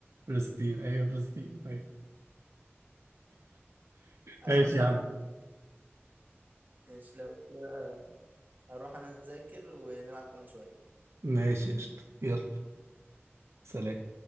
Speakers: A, on the right; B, on the right.
A: فلسطين ايوه فلسطين ايوه
B: عايش
A: ماشي يا
B: عايش
A: عم
B: جدا ماشي لو كده، آه، هروح أنا أذاكر ونلعب كمان شوية
A: ماشي قشطة يلا سلام